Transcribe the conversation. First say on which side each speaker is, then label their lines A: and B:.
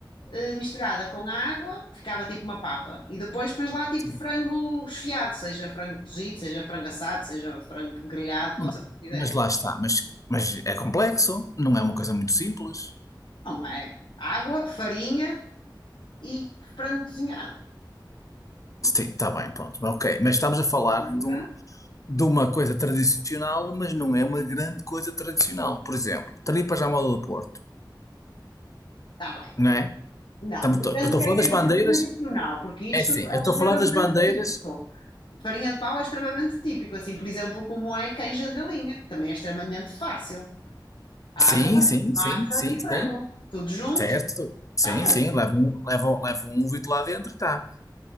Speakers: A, on the left; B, on the left.
A: uh, misturada com água, ficava tipo uma papa. E depois pões lá tipo
B: sim.
A: frango esfiado, seja frango cozido, seja frango assado, seja frango grelhado,
B: Ma-
A: pode ser o que quiseres.
B: Mas, lá está, mas, mas é complexo, não é uma coisa muito simples.
A: Não é? Água, farinha, e frango cozinhado.
B: Sim, está bem, pronto, ok. Mas estamos a falar
A: Uhum.
B: de um de uma coisa tradicional, mas não é uma grande coisa tradicional. Por exemplo, tripas à moda do Porto,
A: Está bem, mas
B: não é?
A: não,
B: Estamos-
A: depende
B: tô- Eu estou
A: do que
B: a falar
A: é que
B: das
A: é
B: bandeiras,
A: tradicional, porque isto
B: é sim,
A: é
B: eu estou
A: extremamente
B: a falar das bandeiras,
A: típico. Farinha de pau é extremamente típico, assim, por exemplo, como é canja de galinha, também é extremamente fácil. Água,
B: sim, sim,
A: massa
B: sim, sim,
A: e frango,
B: sim,
A: tudo junto,
B: certo, sim,
A: está feito.
B: sim, levam, levam, levam um ovito lá dentro, tá.